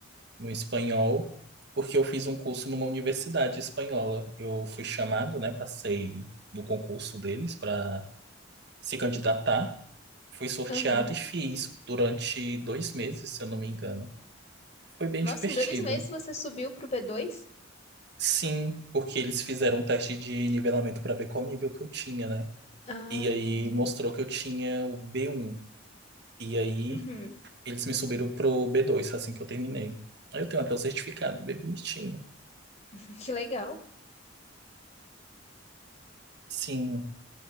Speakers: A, on the right; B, on the left.
A: no espanhol, porque eu fiz um curso numa universidade espanhola. Eu fui chamado, né? Passei no concurso deles para se candidatar. Fui sorteado
B: Uhum.
A: e fiz durante dois meses, se eu não me engano. Foi bem
B: Nossa,
A: divertido.
B: em dois meses você subiu pro b dois
A: Sim, porque eles fizeram um teste de nivelamento para ver qual nível que eu tinha, né?
B: Ah,
A: E aí
B: entendi.
A: mostrou que eu tinha o B1. E aí
B: Uhum.
A: eles me subiram pro B2 assim que eu terminei. Aí eu tenho até o certificado, bem bonitinho.
B: <laughs> Que legal.
A: Sim,